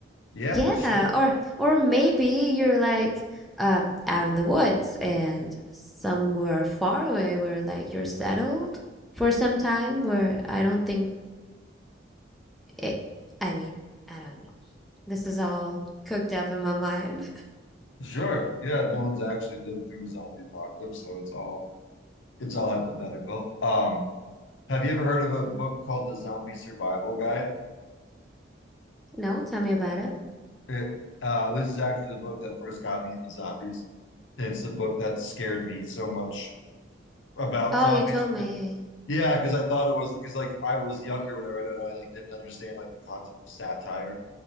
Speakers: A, on the left (about 85°); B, in the centre.
A: Yeah,
B: Yeah,
A: sure,
B: or or maybe you're like uh, out in the woods and somewhere far away where like you're settled for some time where I don't think It, I mean, I don't know. This is all cooked up in my mind. <laughs>
A: sure. Yeah, no one's actually lived through a zombie apocalypse, so it's all it's all hypothetical. Um, have you ever heard of a book called The Zombie Survival Guide?
B: No, tell me about it.
A: It, uh, this is actually the book that first got me into zombies. It's the book that scared me so much about
B: Oh,
A: zombies.
B: you told me.
A: 'Cause- Yeah, because I thought it was because like I was younger when I read it, and I like didn't understand like the concept of satire.